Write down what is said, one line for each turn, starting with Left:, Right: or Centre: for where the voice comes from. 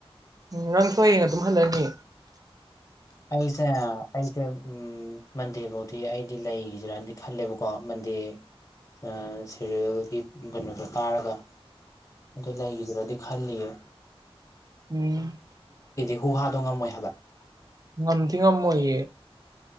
Right: ꯅꯪꯁꯨꯣꯏꯌꯦꯡ ꯑꯗꯨꯝ ꯍꯜꯂꯅꯤ
Left: ꯑꯩꯩꯁꯦ ꯑꯩꯁꯦ ꯎ ꯃꯟꯗꯦ ꯐꯧꯗꯤ ꯑꯩꯗꯤ ꯂꯩꯈꯤꯗꯔꯅꯗꯤ ꯈꯜꯂꯦꯕꯀꯣ ꯃꯟꯗꯦ ꯑ ꯁꯦꯔꯤꯜꯒꯤ ꯀꯩꯅꯣꯗꯣ ꯇꯥꯔꯒ ꯑꯗꯨ ꯂꯩꯈꯤꯗ꯭ꯔꯗꯤ ꯈꯜꯂꯤꯌꯦ
Right: ꯎꯝ
Left: ꯨꯍꯥꯗꯉ ꯃꯣꯏ ꯍꯕꯥꯛ
Right: ꯉꯟ ꯊꯉꯃꯦ